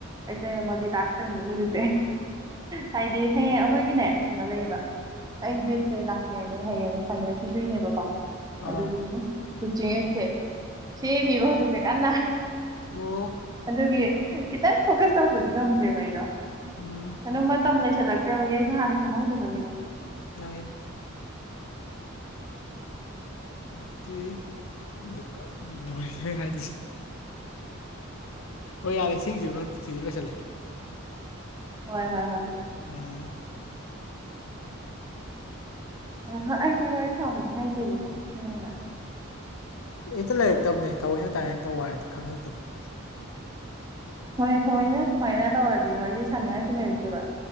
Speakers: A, on the right (about 20°); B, on the left (about 75°).
A: ꯑꯩꯁꯦ ꯃꯜꯇꯤ ꯇꯥꯛꯇꯅꯦꯕ ꯍꯧꯖꯤꯛꯁꯦ ꯍꯥꯏꯗꯤ ꯍꯌꯦꯡ ꯑꯩꯈꯣꯏꯒꯤꯅꯦ ꯀꯩꯅꯣ ꯂꯩꯌꯦꯕ ꯑꯩ ꯕꯦꯠꯁꯦ ꯂꯥꯁ ꯌꯔꯅꯦ ꯍꯌꯦꯡ ꯐꯥꯏꯅꯦꯜ ꯄꯤꯗꯣꯏꯅꯦꯕꯀꯣ
B: ꯑꯥ
A: ꯑꯗꯨꯗꯤ ꯆꯤꯆꯦꯁꯦ ꯁꯦꯝꯃꯤꯔꯣ ꯍꯧꯖꯤꯛꯁꯦ ꯀꯟꯅ
B: ꯑꯣ
A: ꯑꯗꯨꯒꯤ ꯈꯤꯇꯪ ꯐꯣꯀꯁ ꯇꯧꯕꯗꯤ ꯉꯝꯗ꯭ꯔꯦꯕ ꯑꯩꯗꯣ
B: ꯎꯝ
A: ꯑꯗꯨꯝ ꯃꯇꯝ ꯂꯩꯁꯤꯜꯂꯛꯇ꯭ꯔꯕꯒꯤ ꯑꯩꯁꯨ ꯍꯥꯟꯅ ꯁꯦꯝꯍꯧꯗꯕꯒꯤꯅꯦ
B: ꯌꯥꯏ ꯌꯦ ꯑꯗꯨꯗꯤ ꯈꯪꯗꯦ ꯀꯔꯤꯅꯣꯏꯍꯦ ꯍꯥꯏꯗꯣꯏꯖꯦ ꯍꯣꯏ ꯌꯥꯔꯦ ꯁꯤꯒꯤꯁꯤ ꯁꯤꯁꯨ ꯂꯣꯏꯁꯤꯜꯂꯦ
A: ꯍꯣꯏ ꯍꯣꯏ ꯍꯣꯏ ꯍꯣꯏ
B: ꯎꯝ
A: ꯑꯗꯣ ꯈ꯭ꯔ ꯑꯩꯁꯨ ꯋꯥꯔꯤ ꯁꯥꯕꯗ ꯍꯥꯏꯖꯦꯕꯀꯣ <unintelligible>
B: ꯍꯦꯛꯇ ꯂꯩꯔꯛꯇꯕꯅꯦ ꯇꯧꯑꯣꯏꯅ ꯇꯥꯏꯅ ꯇꯧ ꯍꯥꯏꯔꯗꯤ ꯈꯪꯉꯛꯇꯕꯅꯦ
A: ꯊꯣꯏ ꯊꯣꯏꯅ ꯁꯨꯃꯥꯏꯅ ꯇꯧꯔꯗꯤ ꯋꯥꯔꯤ ꯁꯥꯟꯅꯤꯡꯉꯥꯏꯁꯨ ꯂꯩꯔꯛꯇꯦꯕ